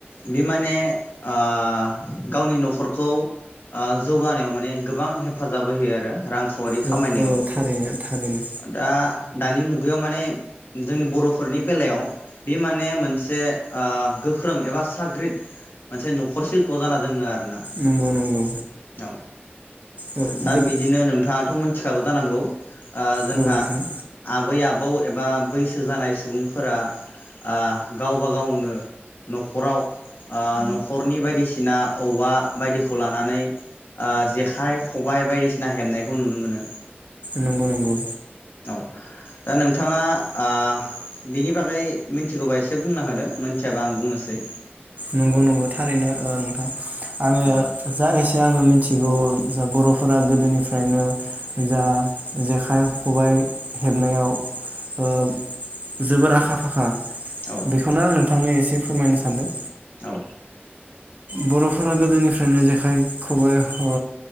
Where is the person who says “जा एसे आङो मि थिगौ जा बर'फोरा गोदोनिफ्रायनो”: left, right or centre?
Right